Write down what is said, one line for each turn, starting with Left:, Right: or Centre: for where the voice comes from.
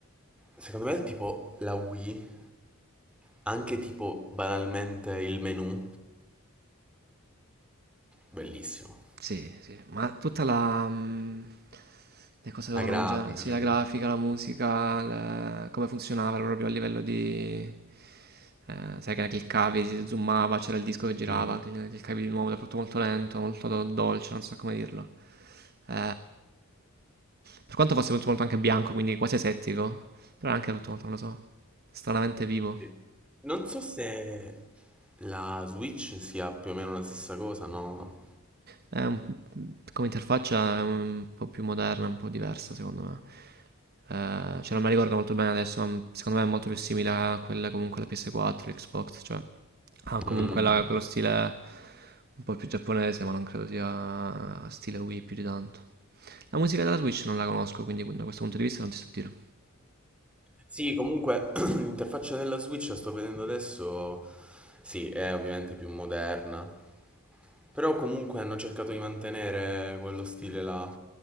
Centre: secondo me, tipo la Wii, anche tipo banalmente il menu, bellissimo.
Right: Sì, sì, ma tutta la... mh, le cose loro
Centre: La grafica,
Right: in genere, sì,
Centre: le
Right: la
Centre: cose.
Right: grafica, la musica, la- come funzionava proprio a livello di... eh, sai che ne cliccavi, si zoomava, c'era il disco che girava,
Centre: Mm.
Right: cl- cliccavi di nuovo, era tutto molto lento, molto do- dolce, non so come dirlo. Eh, per quanto fosse tutto molto anche bianco, quindi quasi asettico, però era anche tutto molto, non lo so, stranamente vivo.
Centre: Sì. Non so se la Switch sia più o meno la stessa cosa, no?
Right: È un- come interfaccia è un po' più moderna, un po' diversa secondo me. Eh, cioè non me la ricordo molto bene adesso, ma secondo me è molto più simile a quella comunque la PS4, l'Xbox, cioè ha comunque
Centre: Mm.
Right: la- quello stile un po' più giapponese, ma non credo sia stile Wii più di tanto. La musica della Switch non la conosco, quindi da questo punto di vista non ti so dire.
Centre: Sì, comunque <clears throat> l'interfaccia della Switch la sto vedendo adesso, sì, è ovviamente più moderna, Però comunque hanno cercato di mantenere quello stile là.